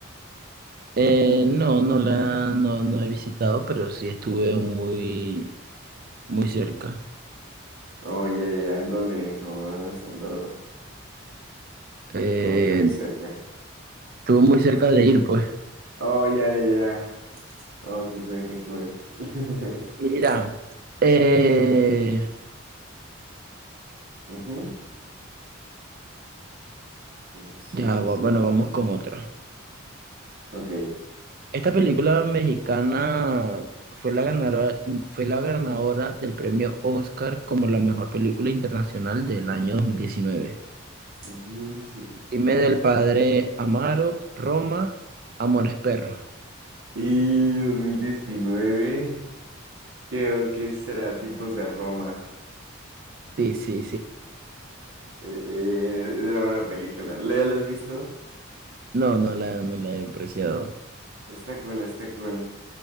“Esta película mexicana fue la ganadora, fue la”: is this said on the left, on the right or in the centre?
Right